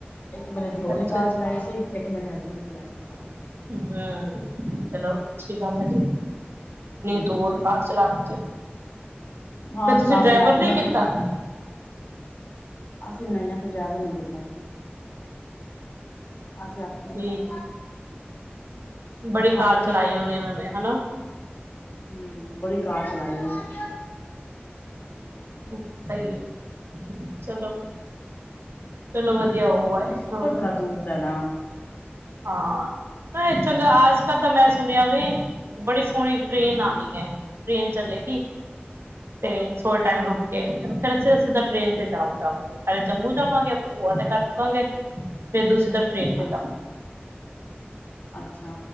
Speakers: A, on the left; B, on the right.
A: ਇੱਕ ਮੇਰੇ ਦਿਉਰ
B: ਅੱਛਾ
A: ਨੇ ਕਾਰ
B: ਜੀ
A: ਚਲਾਈ ਸੀ। ਇੱਕ ਮੇਰੇ ਹਸਬੈਂਡ ਨੇ ਚਲਾਈ ਸੀ ਕਾਰ।
B: ਹਮ ਚਲੋ ਅੱਛੀ ਗੱਲ ਏ ਜੀ। ਐਨੀ
A: ਹੂੰ।
B: ਦੂਰ ਕਾਰ ਚਲਾ ਚ,
A: ਹਾਂ
B: ਫਿਰ ਤੁਸੀਂ
A: ਚਲਾ
B: ਡਰਾਈਵਰ
A: ਕੇ ਲੈ ਗਏ
B: ਨੇ
A: ਮੈਂ ਸਗੋਂ
B: ਕੀਤਾ।
A: ਅਸੀਂ ਨਹੀਂ ਅਸੀਂ ਡਰਾਈਵਰ ਨੀ ਕੀਤਾ ਅਸੀ। ਅਸੀਂ ਆਪੇ ਮਤਲਬ
B: ਜੀ
A: <inaudible>
B: ਬੜੀ ਕਾਰ
A: ਆਪ ਹੀ
B: ਚਲਾਈ ਇਹਨਾਂ ਨੇ ਹਨਾ।
A: ਹਮ ਬੜੀ ਕਾਰ ਚਲਾਈ ਏ।
B: ਓ ਸਹੀ ਏ, ਚਲੋ। ਚਲੋ, ਵਧੀਆ ਉਹਏ
A: ਸਫ਼ਰ
B: ਹੋਰ।
A: ਬੜਾ ਦੂਰ ਦਾ ਨਾ।
B: ਹਾਂ, ਨਾ ਚੰਗਾ ਆਜ ਕ ਤਾਂ ਮੈਂ ਸੁਣਿਆ ਵੇ ਬੜੀ ਸੋਹਣੀ ਟ੍ਰੇਨ ਆਣੀ ਏ, ਟ੍ਰੇਨ ਚਲੇੇਗੀ। ਤੇ ਥੋੜਾ ਟਾਈਮ ਰੁਕ ਕੇ। ਫਿਰ ਅਸੀਂ ਉ ਸਿੱਧਾ ਟਰੇੇਨ ਤੇ ਜਾ ਜਾਵਾਂਗੇ। ਪਹਿਲੇ ਜੰਮੂ ਜਾਵਾਂਗੇ ਆਪਣੇ ਭੂਆ ਦੇ ਘਰ ਰੁਕਾਂਗੇ। ਫੇਰ ਦੂਸੀ ਸਿੱਧਾ ਟ੍ਰੇਨ ਤੇ
A: ਅੱਛਾ, ਅੱਛਾ।